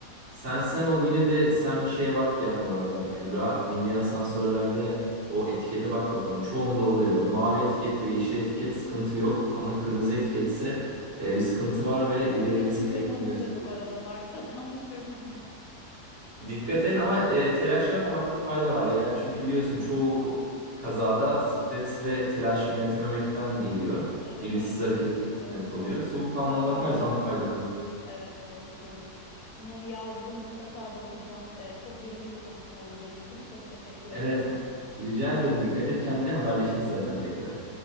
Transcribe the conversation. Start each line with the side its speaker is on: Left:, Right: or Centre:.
Right: Sen sen ol yine de sen bir şeye bak ya bu arada Kübra. Bindiğin asansörlerde o etikete bak bakalım. Çoğunda oluyor. Mavi etiket ve yeşil etiket sıkıntı yok ama kırmızı etiketse e, bir sıkıntı var ve giderilmesi
Left: O kesin kırmızıdır
Right: gerektiğini gösteriyor.
Left: bu arada varsa da onu söyleyeyim yani.
Right: Dikkat et ama e, telaş yapmamakta fayda var. Yani çünkü biliyorsun çoğu kazada stres ve telaşı yönetememekten geliyor.
Left: Evet
Right: Bilinçsiz
Left: evet.
Right: hareket etmek
Left: Doğru
Right: sebep
Left: söylüyorsun.
Right: oluyor. Soğukkanlı
Left: Sakin
Right: olmak her
Left: kalmak.
Right: zaman faydalı.
Left: Evet doğru söylüyorsun. Bunu yazdım mutlaka bakacağım. E, çok verimli bir konuşma oldu benim için. Çok teşekkür
Right: Evet.
Left: ediyorum.
Right: Rica ederim. Dikkat et kendine. Haberleşiriz zaten tekrar.